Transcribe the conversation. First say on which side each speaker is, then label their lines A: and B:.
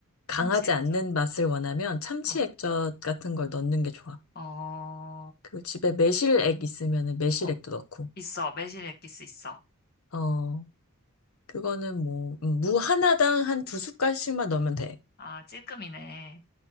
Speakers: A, on the left; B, on the left.
A: 강하지
B: 참치 액젓.
A: 않는 맛을 원하면 참치
B: 어,
A: 액젓 같은 걸 넣는 게 좋아.
B: 어,
A: 그리고 집에 매실액 있으면은 매실액도
B: 어,
A: 넣고.
B: 있어. 매실 액기스 있어.
A: 어, 그거는 뭐, 음, 무 하나당 한 두 숟갈씩만 넣으면 돼.
B: 아, 찔끔이네.